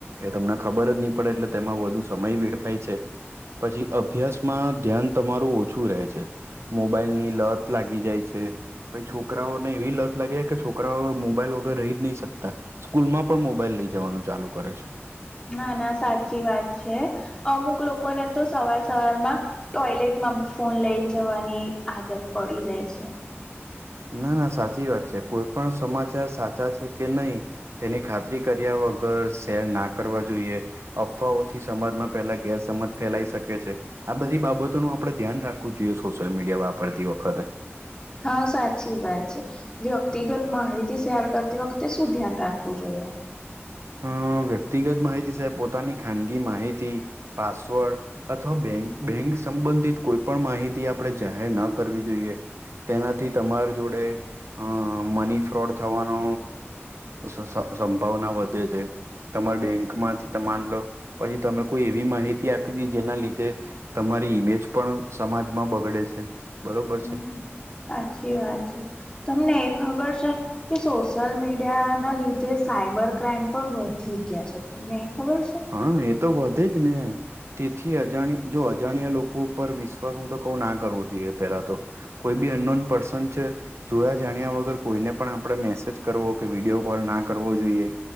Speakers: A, on the right; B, on the left.
A: એ તમને ખબર જ નહી પડે એટલે તેમાં વધુ સમય વેડફાય છે. પછી અભ્યાસમાં ધ્યાન તમારું ઓછું રહે છે. મોબાઈલની લત લાગી જાય છે. પહી છોકરાઓને એવી લત લાગે કે છોકરાઓ મોબાઈલ વગર રહી જ નહી શકતા. સ્કૂલમાં પણ મોબાઈલ લઈ જવાનું ચાલુ કરે છે.
B: ના ના સાચી વાત છે અમુક લોકોને તો સવાર સવારમાં ટોયલેટમાં બી ફોન લઈન જવાની આદત પડી જાય છે.
A: ના ના સાચી વાત છે કોઈ પણ સમાચાર સાચા છે કે નય તેની ખાતરી કર્યા વગર શેર ના કરવા જોઈએ. અફવાઓથી સમાજમાં પહેલા ગેર સમજ ફેલાઈ શકે છે. આ બધી બાબતોનું આપડે ધ્યાન રાખવું જોઈએ સોશિયલ મીડિયા વાપરતી વખતે.
B: હા સાચી વાત છે વ્યક્તિગત માહિતી શેર કરતી વખતે શું ધ્યાન રાખવું જોઈએ?
A: અ વ્યક્તિગત માહિતી સાહેબ પોતાની ખાનગી માહિતી પાસવર્ડ અથવા બેં બેંક સંબંધિત કોઈ પણ માહિતી આપણે જાહેર ન કરવી જોઈએ તેનાથી તમાર જોડે અ મની ફ્રોડ થવાનો સંભાવના વધે છે. તમાર બેંકમાંથી તમાન લો પછી તમે કોઈ એવી માહિતી આપી તી જેના લીધે તમારી ઈમેજ પણ સમાજમાં બગડે છે બરોબર
B: હમ
A: છે.
B: સાચી વાત છે, તમને એ ખબર છે કે સોશિયલ મીડિયા એના લીધે સાયબર ક્રાઈમ પણ વધી ગયા છે. તમને એ ખબર છે
A: હ એ તો વધે જ ને. તેથી અજાણ જો અજાણ્યા લોકો ઉપર વિશ્વાસ હું તો કઉ ના કરવો જોઈએ પેલા તો કોઈ બી અનનોન પર્સન છે. જોયા જાણ્યા વગર કોઈને પણ આપણે મેસેજ કરવો કે વિડીયો કોલ ના કરવો જોઈએ.